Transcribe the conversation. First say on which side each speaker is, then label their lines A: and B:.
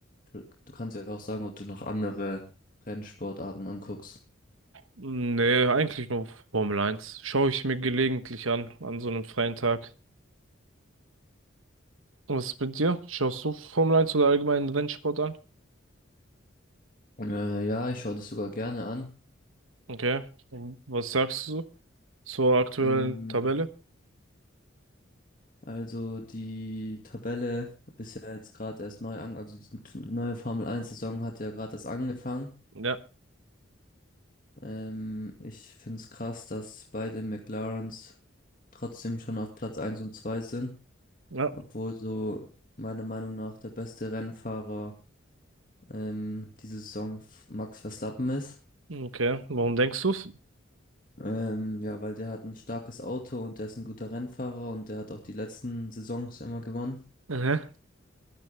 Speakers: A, on the left (about 40°); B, on the right (about 85°).
A: du kannst ja auch sagen, ob du noch andere Rennsportarten anguckst.
B: Nee, eigentlich nur Formel eins. Schaue ich mir gelegentlich an, an so einem freien Tag. Was ist mit dir? Schaust du Formel eins oder allgemeinen Rennsport an?
A: Äh, ja, ich schaue das sogar gerne an.
B: Okay. Und Was sagst du zur aktuellen
A: Ähm,
B: Tabelle?
A: also die Tabelle ist ja jetzt gerade erst neu an, also die neue Formel 1 Saison hat ja gerade erst angefangen.
B: Ja.
A: Ähm, ich finde es krass, dass beide McLarens trotzdem schon auf Platz eins und 2 sind,
B: Ja.
A: obwohl so meiner Meinung nach der beste Rennfahrer ähm, diese Saison F- Max Verstappen ist.
B: Okay. Warum denkst du's?
A: Ähm, ja, weil der hat ein starkes Auto und der ist ein guter Rennfahrer und der hat auch die letzten Saisons immer gewonnen.
B: Mhm.